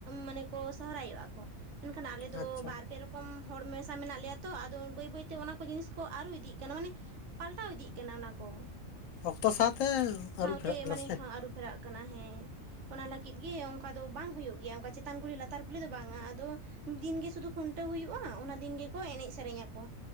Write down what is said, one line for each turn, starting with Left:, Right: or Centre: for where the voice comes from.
Right: ᱢᱟᱱᱮ ᱠᱚ ᱥᱚᱦᱨᱟᱭᱚᱜ-ᱟ ᱠᱚ᱾ ᱢᱮᱱᱠᱷᱟᱱ ᱟᱞᱮ ᱫᱚ
Left: ᱟᱪᱪᱷᱟ
Right: ᱵᱟᱨ ᱯᱮ ᱨᱚᱠᱚᱢ ᱠᱚᱢ ᱦᱚᱲ ᱢᱮᱥᱟ ᱢᱮᱱᱟᱜ ᱞᱮᱭᱟ ᱛᱚ ᱟᱫᱚ ᱵᱟᱹᱭ ᱵᱟᱹᱭᱛᱮ ᱚᱱᱟ ᱠᱚ ᱡᱤᱱᱤᱥ ᱠᱚ ᱟᱨᱩ ᱤᱫᱤᱜ ᱠᱟᱱᱟ᱾ ᱢᱟᱱᱮ ᱯᱟᱞᱴᱟᱣ ᱤᱫᱤᱜ ᱠᱟᱱᱟ ᱚᱱᱟ ᱠᱚ᱾
Left: ᱚᱠᱛᱚ ᱥᱟᱶᱛᱮ
Right: ᱥᱟᱶᱛᱮ
Left: ᱟᱹᱨᱩ ᱯᱷᱮᱨᱟᱜ ᱠᱟᱱᱟ
Right: ᱢᱟᱱᱮ
Left: ᱥᱮ
Right: ᱟᱹᱨᱩ ᱯᱷᱮᱨᱟᱜ ᱠᱟᱱᱟ ᱦᱮᱸ᱾ ᱚᱱᱟ ᱞᱟᱹᱜᱤᱫ ᱜᱮ ᱚᱱᱠᱟ ᱫᱚ ᱵᱟᱝ ᱦᱩᱭᱩᱜ ᱜᱮᱭᱟ, ᱚᱱᱠᱟ ᱪᱮᱛᱟᱱ ᱠᱩᱞᱦᱤ ᱞᱟᱛᱟᱨ ᱠᱩᱞᱦᱤ ᱫᱚ ᱵᱟᱝᱟ ᱟᱫᱚ ᱢᱤᱫ ᱫᱤᱱᱜᱮ ᱥᱩᱫᱷᱩ ᱠᱷᱩᱱᱴᱟᱹᱣ ᱦᱩᱭᱩᱜ-ᱟ᱾ ᱚᱱᱟ ᱫᱤᱱ ᱜᱮᱠᱚ ᱮᱱᱮᱡ ᱥᱮᱨᱮᱧᱟᱠᱚ᱾